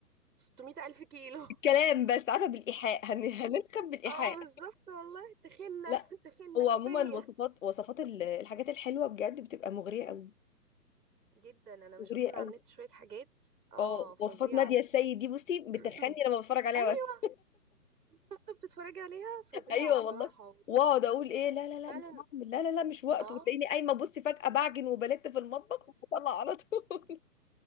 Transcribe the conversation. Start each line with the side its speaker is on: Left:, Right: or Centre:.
Right: 600 الف كيلو
Left: كلام بس عارفه بالايحاء هن... هننخب بالايحاء
Right: اه بالظبط والله تخنة
Left: لا
Right: <laughs> تخنة
Left: هو
Right: كفاية
Left: عموما وصفات وصفات ال- الحاجات الحلوه بجد بتبقى مغريه قوي
Right: جدا انا بشوف
Left: مغريه
Right: من على
Left: قوي
Right: النت شوية حاجات اه
Left: اه
Right: فظيعة
Left: وصفات ناديه السيد دي بصي بتخني
Right: <clears throat>
Left: لما بتفرج عليها
Right: ايوه
Left: بس
Right: كنت بتتفرجي عليها
Left: <laughs>
Right: فظيعة
Left: ايوه
Right: بصراحة
Left: والله واقعد اقول ايه لا لا
Right: وفعلا
Left: لا مش هعمل لا لا لا مش وقت
Right: اه
Left: وتلاقيني قايمه بصي فجاه بعجن وبلت في المطبخ وبطلع على طول <laughs>